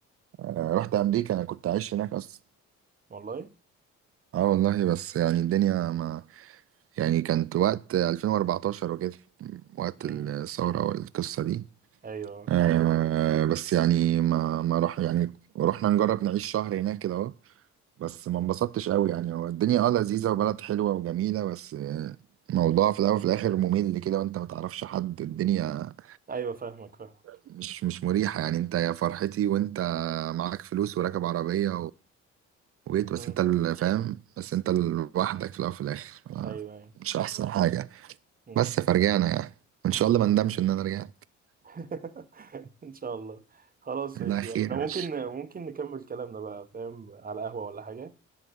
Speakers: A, on the right; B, on the right.
A: آه، رحت امريكا انا كنت عايش هناك اصلا
B: والله؟
A: اه والله بس يعني الدنيا ما يعني كانت وقت 2014 وكده وقت
B: امم
A: الثورة والقصة دي
B: ايوه
A: آه بس يعني ما ما راح يعني رحنا نجرب نعيش شهر هناك كده اهو بس ما انبسطتش قوي يعني هو الدنيا اه لذيذة وبلد حلوة وجميلة بس آه، الموضوع في الاول وفي الاخر ممل كده وانت ما تعرفش حد الدنيا
B: ايوه فاهمك فاهم
A: مش مش مريحة يعني انت يا فرحتي وانت معاك فلوس وراكب عربية ويت بس
B: امم
A: انت اللي فاهم بس انت لوحدك في الاول وفي الاخر ما-
B: ايوه ايوه
A: مش احسن حاجه
B: مم.
A: بس فرجعنا يعني وان شاء الله ما ندمش ان انا رجعت
B: <laughs> ان شاء الله خلاص
A: لا
B: ماشي
A: خير
B: احنا
A: يا
B: ممكن
A: باشا
B: ممكن نكمل كلامنا بقى فاهم على قهوة ولا حاجة